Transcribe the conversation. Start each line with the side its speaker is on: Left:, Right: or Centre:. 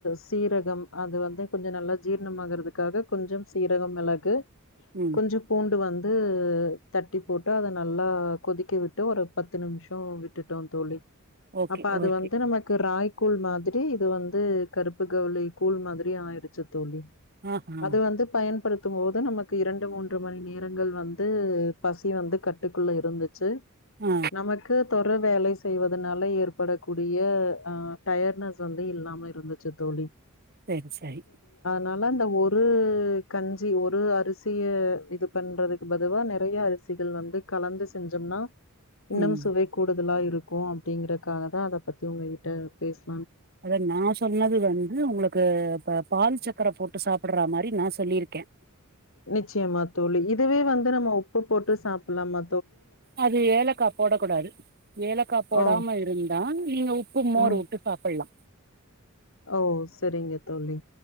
Left: சீரகம் அது வந்து கொஞ்சோ நல்லா ஜீர்ணமாகுறதுக்காக கொஞ்சம் சீரகம் மெளகு
Right: ம்
Left: கொஞ்ச பூண்டு வந் ந்து தட்டி போட்டு அத நல்லா கொதிக்க விட்டு ஒரு பத்து நிம்ஷோ விட்டுட்டோ தோழி
Right: ஓகே
Left: அப்ப அது
Right: ஓகே
Left: வந்து நமக்கு ராய் கூழ் மாதிரி இது வந்து கருப்பு கவுலி கூழ் மாதிரி ஆயிடுச்சி தோழி
Right: ஆ ஆ
Left: அது வந்து பயன் படுத்தும் போது நமக்கு இரண்டு மூன்று மணி நேரங்கள் வந்து பசி வந்து கட்டுக்குள்ள இருந்துச்சு
Right: ஆ
Left: நமக்கு தொர் வேலை செய்வதுனால ஏற்படக்கூடிய ஆ டயட்னஸ் வந்து இல்லாம இருந்துச்சு தோழி
Right: தே சரி
Left: னாலந்த ஒ ஒரு கஞ்சி ஒரு அரிசிய இது பண்றதுக்கு பதுவா நறையா அரிசிகள் வந்து கலந்து செஞ்சம்னா இன்னும்
Right: ம்
Left: சுவை கூடு இதெல்லா இருக்கோ அப்டிங்கறக்காகதா அத பத்தி உங்ககிட்ட பேசி
Right: அத நா சொன்னது வந்து உங்களுக்கு ப பால் சக்கர போட்டு சாப்பட்றா மாரி நா சொல்லிருக்கே
Left: நிச்சயமா தோழி இதுவே வந்து நம்ம உப்பு போட்டு சாப்புல்லாமா
Right: அது ஏலக்கா போடக் கூடாது ஏலக்கா போடாம
Left: ஓ
Right: இருந்தா நீங்க உப்பு மோர்
Left: ம்
Right: உட்டு சாப்புல்லா
Left: ஓ செரிங்க தோழி